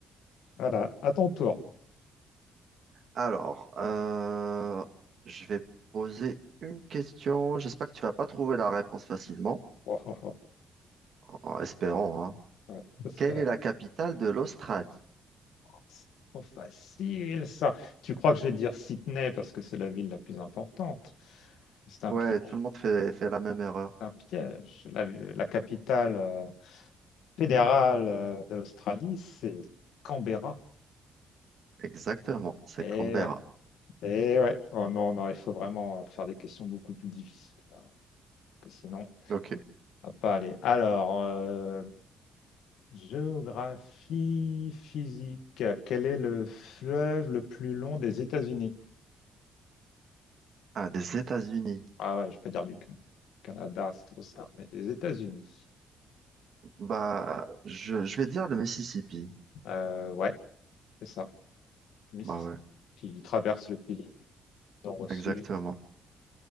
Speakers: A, on the left; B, on the right.
A: Voilà, à ton tour. <laughs>
B: Alors, euh, je vais poser une question. J'espère que tu vas pas trouver la réponse facilement,
A: Oh, oh, oh.
B: en espérant, hein.
A: Ouais, j'espère.
B: Quelle est la capitale de l'Australie?
A: Oh, c'est trop facile, ça. Tu crois que je vais dire Sydney parce que c'est la ville la plus importante. C'est un
B: Ouais,
A: piège,
B: tout le monde fait, fait la même erreur.
A: un piège. La, la capitale euh, fédérale euh, de l'Australie, c'est Canberra.
B: Exactement, c'est
A: Et
B: Canberra.
A: ouais, et ouais. Oh non, non, il faut vraiment faire des questions beaucoup plus difficiles. hein, parce que sinon,
B: Ok.
A: Ah pas aller. Alors, euh, géographie physique. Quel est le fleuve le plus long des États-Unis?
B: Ah, des États-Unis.
A: Ah ouais, je peux dire du Ca- Canada, c'est trop simple, mais des États-Unis.
B: Bah, je, je vais dire le Mississippi.
A: Euh, ouais, c'est ça. Mississippi,
B: Bah ouais,
A: qui traverse le pays du nord au sud.
B: exactement.